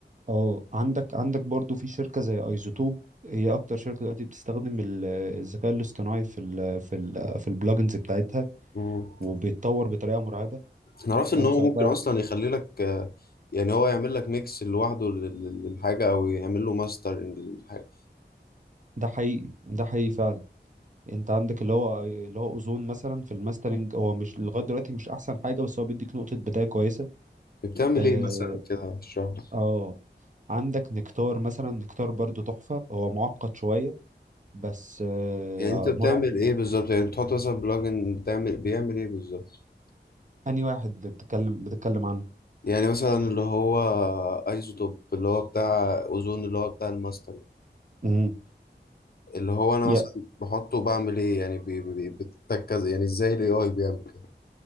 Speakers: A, on the right; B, on the left.
A: آه، عندك عندك برضو في شركه زي ايزوتوب هي اكتر شركه دلوقتي بتستخدم ال- الذكاء الاصطناعي في ال في ال في البلجنز بتاعتها
B: مم.
A: وبيتطور بطريقه مرعبه
B: انا عرفت ان
A: فاهم
B: هو
A: سواء
B: ممكن
A: بقى
B: اصلا يخلي لك آه، يعني هو يعمل لك ميكس لوحده لل- لل- للحاجه او يعمل له ماسترنج للحاجه
A: ده حقيقي ده حقيقي فعلا انت عندك اللي هو اللي هو اوزون مثلا في الماسترنج هو مش لغايه دلوقتي مش احسن حاجه بس هو بيديك نقطه بدايه كويسه
B: بتعمل
A: اه,
B: ايه مثلا كده اشرح لي
A: آه. عندك نكتار مثلا نكتار برضو تحفه هو معقد شويه بس آه
B: يعني انت بتعمل
A: مرعب
B: ايه بالظبط يعني بتحط مثلا بلوجن بتعمل بيعمل ايه بالظبط
A: اني واحد بتتكلم بتتكلم عنه
B: يعني مثلا اللي هو ايزوتوب اللي هو بتاع اوزون اللي هو بتاع الماسترنج
A: امم
B: اللي هو انا
A: يا
B: مثلا بحطه بعمل ايه يعني بي- بي- بي- بتتكز يعني ازاي الاي اي بيعمل كده